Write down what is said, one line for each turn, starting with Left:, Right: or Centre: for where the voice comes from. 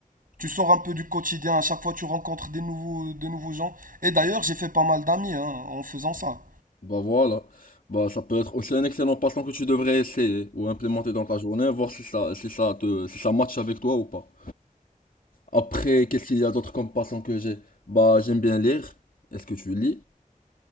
Right: Tu sors un peu du quotidien. À chaque fois, tu rencontres des nouveaux, de nouveaux gens. Et d'ailleurs, j'ai fait pas mal d'amis hein, en faisant ça.
Left: Bah voilà. Bah ça peut être aussi un excellent passe-temps que tu devrais essayer ou implémenter dans ta journée, voir si ça si ça te si ça matche avec toi ou pas. Après, qu'est-ce qu'il y a d'autre comme passe-temps que j'ai? Bah j'aime bien lire. Est-ce que tu lis?